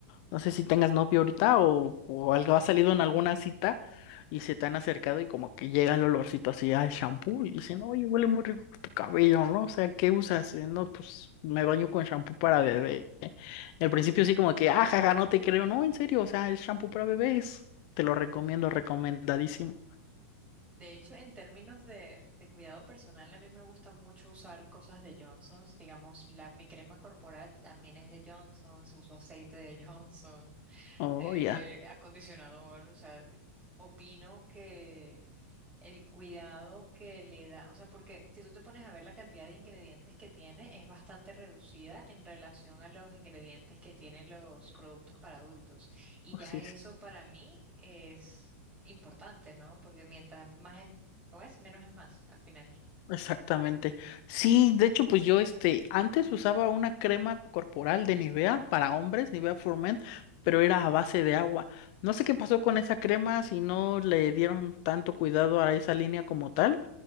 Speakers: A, on the left (about 45°); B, on the right (about 15°).
A: no sé si tengas novio ahorita o, o algo ha salido en alguna cita y se te han acercado y como que llega el olorcito así al shampoo y dicen, oye, huele muy rico tu cabello, ¿no? O sea, ¿qué usas? Eh, No, pues me baño con shampoo para bebé. Y al principio sí como que, ah, jaja, no te creo. No, en serio, o sea, es shampoo para bebés. Te lo recomiendo, recomendadísimo.
B: De hecho, en términos de, de cuidado personal, a mí me gusta mucho usar cosas de Johnson's. Digamos, la, mi crema corporal también es de Johnson's, uso aceite de <laughs> Johnson's,
A: Oh,
B: eh,
A: ya.
B: acondicionador. O sea, opino que el cuidado que le da, o sea, porque si tú te pones a ver la cantidad de ingredientes que tiene, es bastante reducida en relación a los ingredientes que tienen los productos para adultos. Y
A: Oh,
B: ya
A: Sí,
B: eso para mí es importante, ¿no? Porque mientras más es, ¿cómo es? Menos es más al final.
A: Exactamente. Sí, de hecho, pues yo este antes usaba una crema corporal de Nivea para hombres, Nivea for Men, pero era a base de agua. No sé qué pasó con esa crema, si no le dieron tanto cuidado a esa línea como tal